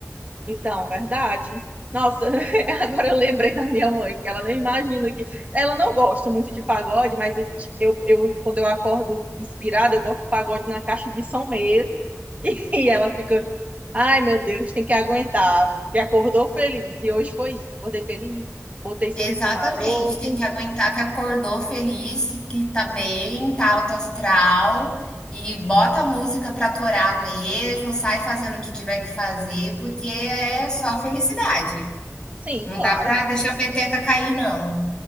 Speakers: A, on the right; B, on the left.
A: Então, verdade. Nossa, <laughs> agora eu lembrei da minha mãe, porque ela nem imagina que. Ela não gosta muito de pagode, mas tipo, eu, eu, quando eu acordo inspirada, eu boto pagode na caixa de som mesmo. <laughs> E ela fica, ai meu Deus, tem que aguentar. E acordou feliz. E hoje foi isso. Acordei feliz, botei sorriso
B: Exatamente,
A: maroto.
B: tem que aguentar que acordou feliz, que tá bem, tá alto astral e bota a música pra torar mesmo, sai fazendo o que tiver que fazer, porque é só felicidade.
A: Sim,
B: Não
A: claro.
B: dá pra deixar a peteca cair, não.